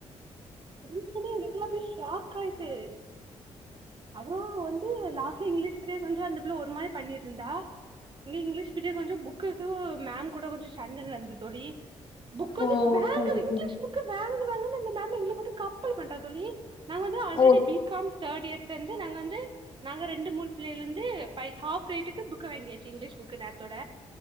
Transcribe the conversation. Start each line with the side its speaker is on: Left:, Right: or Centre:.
Right: தெரிஞ்சோனே எனக்கெல்லா அப்டியே ஷாக் ஆயிட்டு அப்றோ வந்து லாஸ்ட்ல இங்கிலீஷ் பீரியட் கொஞ்சோ அந்த பிள்ள ஒரு மாரி பண்ணிட்டுருந்தா இங்க இங்கிலீஷ் பீரியட் கொஞ்ச புக்குக்கு மேம் கூட கொஞ்ச சண்ட நடந்தது தோழி புக் வந்து
Left: ஓ
Right: வாங்கு
Left: சரி
Right: இங்கிலீஷ்
Left: சரி
Right: புக்க வாங்கு வாங்குனு எங்கள போட்டு கம்பல் பண்றா தோழி நாங்க வந்து ஆல்ரெடி
Left: ஓ
Right: பி காம் தேர்ட் இயர்ல இருந்து நாங்க வந்து நாங்க ரெண்டு மூணு புள்ளையில இருந்து பை ஹாஃப் ரேட்டுக்கு புக் வாங்கியாச்சு இங்கிலீஷ் புக்கு நேரத்தோட